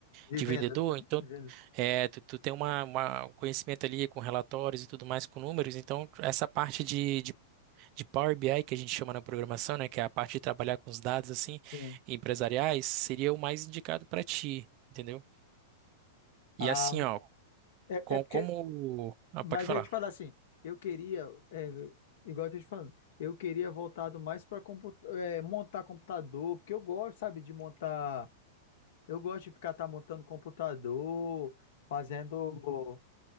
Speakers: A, on the left; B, on the right.
A: De
B: de
A: vendas.
B: vendedor, então
A: Vendas.
B: é, tu, tu tem uma, uma- um conhecimento ali com relatórios e tudo mais, com números, então essa parte de, de, de Power BI que a gente chama na programação, né? Que é a parte de trabalhar com os dados assim,
A: Sim.
B: empresariais, seria o mais indicado para ti, entendeu?
A: Ah,
B: E assim, ó,
A: É,
B: com,
A: é porque
B: como... Ah,
A: Mas
B: pode falar.
A: eu ia te falar assim, eu queria, é, igual eu tô te falando, eu queria voltado mais para montar computador, porque eu gosto, sabe, de montar, eu gosto de ficar tá montando computador, fazendo,